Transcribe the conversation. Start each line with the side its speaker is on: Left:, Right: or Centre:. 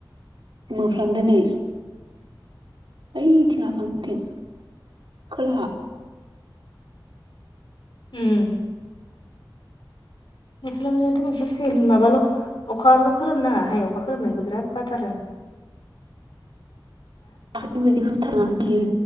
Right: मोफ्लामदों नै ओइथिं आफांथिं खोलाहा
Left: उम मोफ्लाबनायाथ' मोफ्लबसिगोन माबाल' अखाल' खोरोमनाङाहाय अखा खोरोमनायखौ बिराद बाथारो। <inaudible>
Right: दाखालिनि बादि खोरोमथारनाङा गियो।